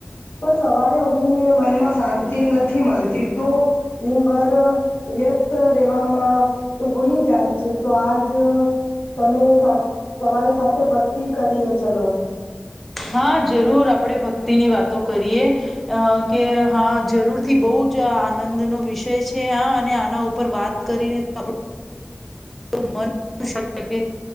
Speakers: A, on the left; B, in the centre.
A: પણ સવારે ઉઠીને મનમાં શાંતિ નથી મળતી તો દિનભર વ્યસ્ત રહેેવામાં તો ભૂલી જાય છે તો આજ તમે તમારી સાથે ભક્તિ કરીએ ચલો
B: હા જરૂર આપણેે ભક્તિની વાતો કરીએ અ કે હા જરૂરથી બહુ જ આનંદનોો વિષય છે આ અને આના ઉપર વાત કરીને તો આપ મકે છે